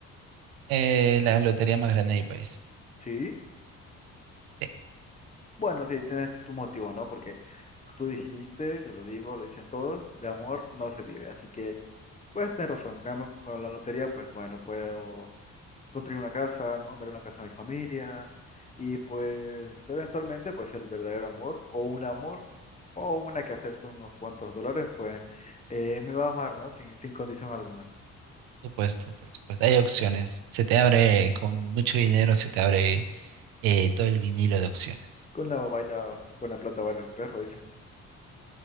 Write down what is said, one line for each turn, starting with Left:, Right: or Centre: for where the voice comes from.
Right: Eh, la lotería más grande del país.
Left: ¿Sí?
Right: Sí,
Left: Bueno, sí, tienes tu motivo, ¿no? Porque tú dijiste, yo lo digo, lo dicen todos, de amor no se vive. Así que, pues, tienes razón. cambio, Con la lotería, pues, bueno, puedo construir una casa, ¿no? Dar una casa a mi familia y pues eventualmente pues el verdadero amor o un amor o una que acepte unos cuantos dólares pues eh, me va a amar, ¿no? Sin, sin condición alguna.
Right: por supuesto, por supuesto. Hay opciones. Se te abre, con mucho dinero, se te abre eh, todo el vinilo de opciones.
Left: Con la baila, con la plata baila el perro, dicen.